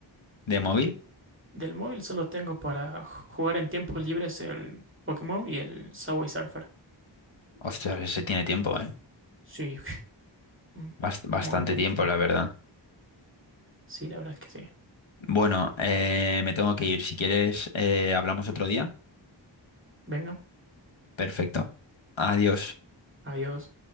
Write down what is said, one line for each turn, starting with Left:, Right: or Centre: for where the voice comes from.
Left: de móvil?
Right: Del móvil solo tengo para jugar en tiempos libres el Pokémon y el Subway Surfer.
Left: Hostia, ese tiene tiempo, ¿eh?
Right: Sí, <laughs> un
Left: Bast- bastante
Right: montón
Left: tiempo,
Right: de tiempo.
Left: la verdad.
Right: Sí, la verdad es que sí.
Left: Bueno, eh, me tengo que ir. Si quieres, eh, hablamos otro día.
Right: Venga,
Left: Perfecto. Adiós.
Right: adiós.